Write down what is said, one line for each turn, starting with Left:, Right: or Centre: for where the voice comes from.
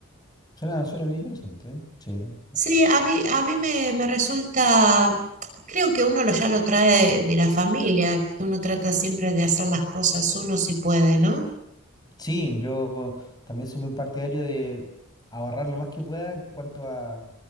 Left: Suena, suena bien interesante. ¿eh? Sí.
Right: Sí, a mí, a mí me, me resulta, creo que uno lo, ya lo trae de la familia, que uno trata siempre de hacer las cosas uno si puede, ¿no?
Left: Sí, yo también soy muy partidario de ahorrar lo más que pueda en cuanto a,